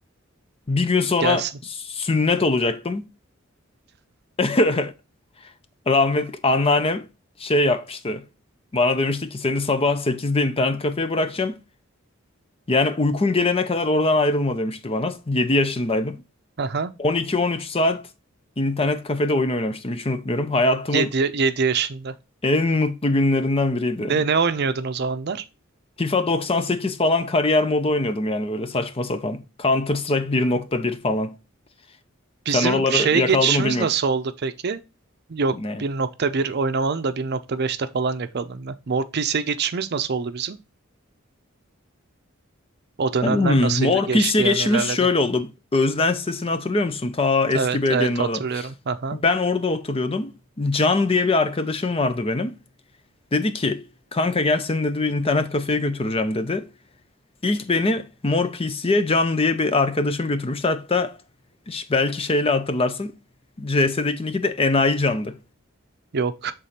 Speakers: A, on the left (about 30°); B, on the right (about 55°).
A: Bir gün sonra
B: Gelsin.
A: sünnet olacaktım. <laughs> Rahmetli anneannem şey yapmıştı. Bana demişti ki seni sabah sekizde internet kafeye bırakacağım. Yani uykun gelene kadar oradan ayrılma demişti bana. 7 yaşındaydım.
B: Haha.
A: 12-13 saat internet kafede oyun oynamıştım. Hiç unutmuyorum. Hayatımın
B: Yedi yedi yaşında.
A: en mutlu günlerinden biriydi.
B: Ne, ne oynuyordun o zamanlar?
A: FIFA 98 falan kariyer modu oynuyordum yani böyle saçma sapan. Counter Strike 1.1 falan. Sen
B: Bizim
A: oraları
B: şeye
A: yakaldın
B: geçişimiz
A: mı bilmiyorum.
B: nasıl oldu peki? Yok
A: Ne?
B: bir nokta bir oynamanın da bir nokta beşte falan yakaladım ben. Mor PC geçişimiz nasıl oldu bizim? O dönemler
A: Hmm,
B: nasıl
A: Mor
B: geçti
A: PC'ye
B: yani
A: geçişimiz
B: nelerledi?
A: şöyle oldu. Özden sitesini hatırlıyor musun? Ta eski
B: Evet
A: belediyenin
B: evet
A: orada.
B: hatırlıyorum. Aha.
A: Ben orada oturuyordum. Can diye bir arkadaşım vardı benim. Dedi ki kanka gel seni dedi bir internet kafeye götüreceğim dedi. İlk beni Mor PC'ye Can diye bir arkadaşım götürmüştü. Hatta ş- belki şeyle hatırlarsın CS'deki nick'i de Enayi Can'dı.
B: Yok